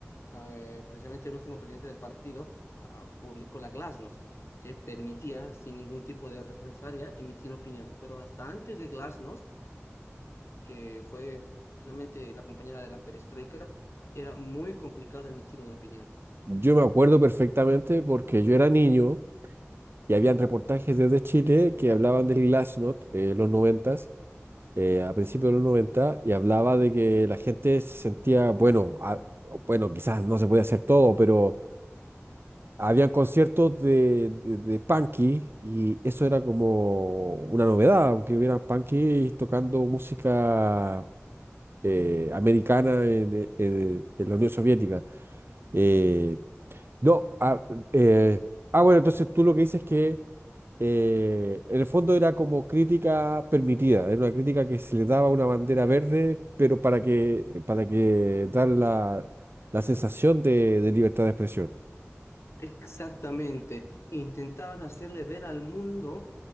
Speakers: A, on the left; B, on the right.
A: Ah, eh, precisamente el último presidente del partido, ah, publicó la Glasnost, que permitía, sin ningún tipo de represalia, emitir opinión. Pero hasta antes de Glasnost, que fue precisamente la compañera de la perestroika, era muy complicado emitir una opinión.
B: Yo me acuerdo perfectamente porque yo era niño. Y habían reportajes desde Chile que hablaban del Glasnost, eh, los noventas, eh, a principios de los 90 y hablaba de que la gente se sentía, bueno, a- bueno, quizás no se podía hacer todo, pero habían conciertos de, de, de punky y eso era como una novedad, aunque hubiera punky tocando música eh, americana en, e, en- en la Unión Soviética. Eh, no, ah, eh, ah, bueno, entonces tú lo que dices es que eh, en el fondo era como crítica permitida, era una crítica que se le daba una bandera verde, pero para que, para que dar la, la sensación de, de libertad de expresión.
A: Exactamente. Intentaban hacerle ver al mundo